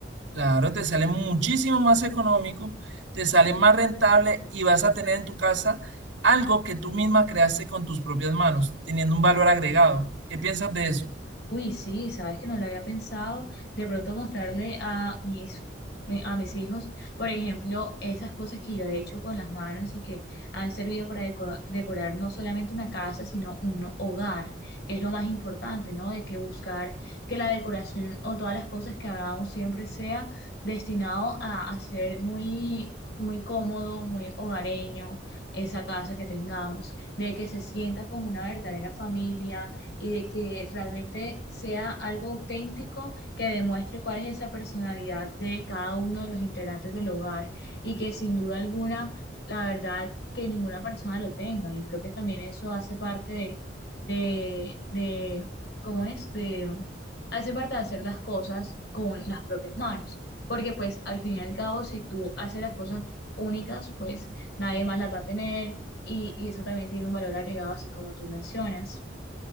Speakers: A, on the right; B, on the left.
A: Claro, te sale muchísimo más económico, te sale más rentable y vas a tener en tu casa algo que tú misma creaste con tus propias manos, teniendo un valor agregado. ¿Qué piensas de eso?
B: Uy, sí, sabes que no lo había pensado. De pronto mostrarle a mis, mi- a mis hijos, por ejemplo, esas cosas que yo he hecho con las manos y que han servido para deco- decorar no solamente una casa, sino un hogar, que es lo más importante, ¿no? De que buscar que la decoración o todas las cosas que hagamos siempre sea destinado a, a ser muy, muy cómodo, muy hogareño, esa casa que tengamos, de que se sienta como una verdadera familia y de que realmente sea algo auténtico que demuestre cuál es esa personalidad de cada uno de los integrantes del hogar y que sin duda alguna, la verdad, que ninguna persona lo tenga. Y creo que también eso hace parte de, de, de ¿cómo es? De, hace parte de hacer las cosas con las propias manos. Porque pues al fin y al cabo, si tú haces las cosas únicas, pues nadie más las va a tener y, y eso también tiene un valor agregado, así como tú mencionas,